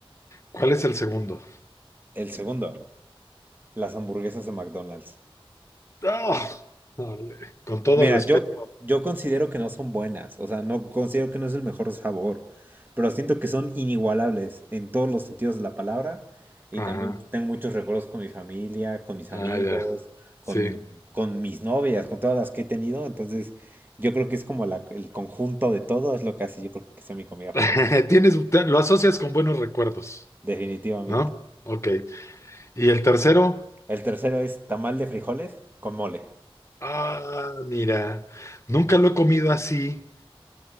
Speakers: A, on the left; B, on the right.
A: ¿Cuál es el segundo?
B: El segundo, las hamburguesas de McDonald's.
A: ¡Ah! Ole, Con todo
B: Mira,
A: respeto.
B: yo, yo considero que no son buenas, o sea, no considero que no es el mejor sabor, pero siento que son inigualables en todos los sentidos de la palabra y
A: Ajá.
B: también tengo muchos recuerdos con mi familia, con mis amigos,
A: Ah, ya.
B: con,
A: Sí.
B: con mis novias, con todas las que he tenido, entonces yo creo que es como la- el conjunto de todo es lo que hace, yo creo que sea mi comida favorita,
A: <laughs> Tienes, te- lo asocias con buenos recuerdos,
B: definitivamente.
A: ¿no? Ok. ¿Y el tercero?
B: El tercero es tamal de frijoles con mole.
A: Ah, mira. Nunca lo he comido así,